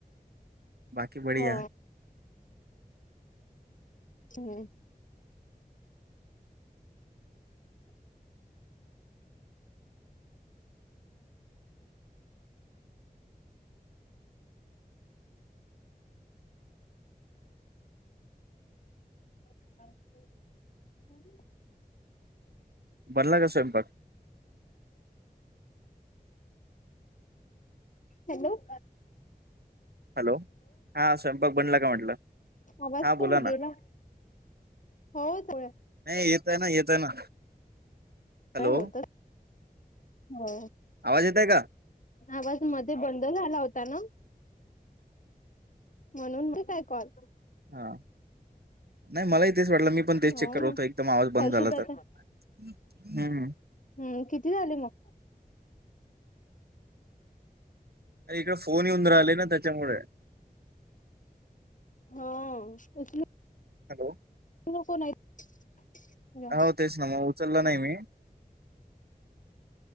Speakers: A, on the right; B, on the left.
A: बाकी बढिया.
B: हो हम्म. <unintelligible>
A: बनला का स्वयंपाक?
B: हॅलो.
A: हॅलो. हा स्वयंपाक बनला का म्हटलं?
B: आवाज
A: हा बोला
B: का बर
A: ना
B: गेला? हो. चालेल -
A: नाही येतोय ना, येतोय ना. हॅलो
B: होत हो.
A: आवाज येतय का
B: आवाज मध्ये बंद झाला होता ना? म्हणून बी काय कॉल-
A: हा. नाही मलाही तेच वाटलं. मी पण तेच
B: हो
A: चेक करत
B: ना
A: होतो एकदम आवाज बंद
B: हर्षदा
A: झाला
B: आता
A: तर, हम्म.
B: हम्म. किती झाले मग?
A: अरे इकडे फोन येऊन राहिले ना त्याच्यामुळे.
B: हा. पुसद.
A: हॅलो.
B: <unintelligible> तुझ्या
A: हो. तेच ना मग उचलला नाही मी.